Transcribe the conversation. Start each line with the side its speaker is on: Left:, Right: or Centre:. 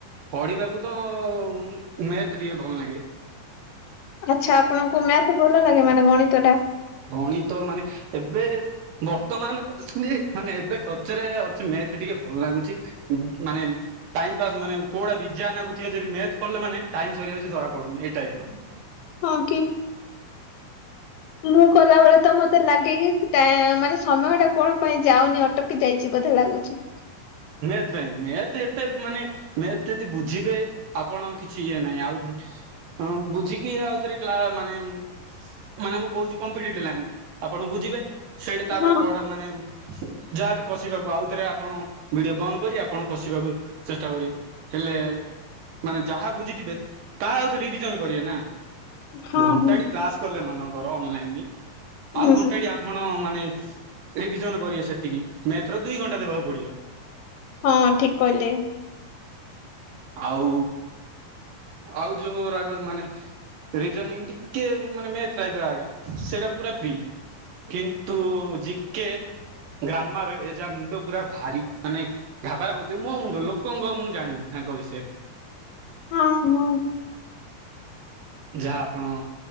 Right: ପଢିବାକୁ ତ-ଅ ମେଥ୍ ଟିକେ ଭଲ ନାଗେ।
Left: ଆଚ୍ଛା ଆପଣଙ୍କୁ ମ୍ୟାଥ୍ ଭଲ ଲାଗେ ମାନେ ଗଣିତଟା।
Right: ଗଣିତ ମାନେ ଏବେ ବର୍ତ୍ତମାନ ନେ ମାନେ ଏବେ ଟଚରେ ଅଛି ମ୍ୟାଥ୍ ଟିକେ ଭଲ ନାଗୁଛି। ଉ ମାନେ ଟାଇମ୍ ପାସ୍ ମାନେ କୋଉଭଳିଆ ବିଯାଆ ନାଗୁଥିବ ଯଦି ମ୍ୟାଥ୍ ପଢ଼ିଲେ ମାନେ ଟାଇମ୍ ସରିଯାଉଛି ଧରାପଡୁନି ଏ ଟାଇପ୍ ର।
Left: ହଁ କି? ମୁଁ କଲାବେଳେ ତ ମତେ ଲାଗେ କିି ଟା-ଆ ମାନେ ସମୟଟା କଣ ପାଇଁ ଯାଉନି ଅଟକି ଯାଇଛି ବୋଧେ ଲାଗୁଛି।
Right: ମେଥ୍ ପାଇଁ ମ୍ୟାଥ୍ ଏତେ ମାନେ ମେଥ୍ ତେଦି ବୁଝିବେ ଆପଣ କିଛି ଇଏ ନାହିଁ, ଆଉ ହଁ ବୁଝିକି ଆଉଥରେ କ୍ଲା ମାନେ ମାନେ ମୁଁ କୋହୁଛି କମ୍ପିଟିଟିଲାଇନ୍ ଆପଣ ବୁଝିବେ। ସେଇଟି ତାପରେ
Left: ହଁ
Right: ପଢ ମାନେ ଯାହାବି କସିବାକୁ ଆଉଥରେ ଆପଣ ଭିଡିଓ ବନ୍ଦ କରି ଆପଣ କସିବାକୁ ଚେଷ୍ଟା କରିିବେ, ହେଲେ ମାନେ ଯାହା ବୁଝିଥିବେ ତାହା ଆଉଥ ରିଭିଜନ କରିବେ ନା।
Left: ହଁ
Right: ଘଣ୍ଟାଟି
Left: ହଁ।
Right: କ୍ଲାସ୍ କଲେ ଏମାନଙ୍କର ଅନଲାଇନ
Left: ହୁଁ
Right: ଆଉ ଘଣ୍ଟାଟି ଆ ପଣ ମାନେ ରିଭିଜନ କରିବେ ସେତିକି, ମେଥ୍ ର ଦୁଇ ଘଣ୍ଟା ଦେବାକୁ ପଡିବ।
Left: ହଁ ଠିକ୍ କହିଲେ।
Right: ଆଉ, ଆଉ ଯୋଉ ରାଗ ମାନେ ରିଜନିଂ ଟିକେ ମାନେ ମ୍ୟାଥ୍ ଟାଇପ୍ ର ଆଗା ସେଇଟା ପୁରା ଫ୍ରି। କିନ୍ତୁ-ଉ ଜିକେ, ଗ୍ରାମାରେ ଏ ଯା ମୁଣ୍ଡ ପୁରା ଭାରି। ମାନେ ଘାବରା କରିଦିଏ ମୋ ମୁଣ୍ଡ, ଲୋକଙ୍କ ମୁଁ ଜାଣିନି ତାଙ୍କ ବିଷୟରେ।
Left: ହଁ ହଁ।
Right: ଯାଆ ଆପଣ